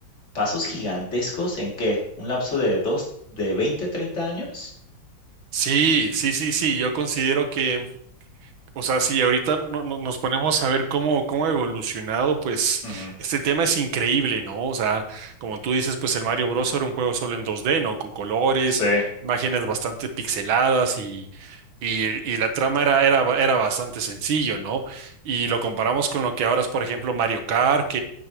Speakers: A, on the left; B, on the right.
A: pasos gigantescos en qué? ¿Un lapso de dos, de 20, 30 años?
B: sí, sí, sí, sí, yo considero que O sea, si ahorita no- no- nos ponemos a ver cómo, cómo ha evolucionado, pues
A: Ujú,
B: este tema es increíble, ¿no? O sea, como tú dices, pues el Mario Bros. era un juego solo en 2D, ¿no? Con colores,
A: Sí,
B: imágenes bastante pixeladas y, y, y la trama era, era, era bastante sencillo, ¿no? Y lo comparamos con lo que ahora es, por ejemplo, Mario Kart,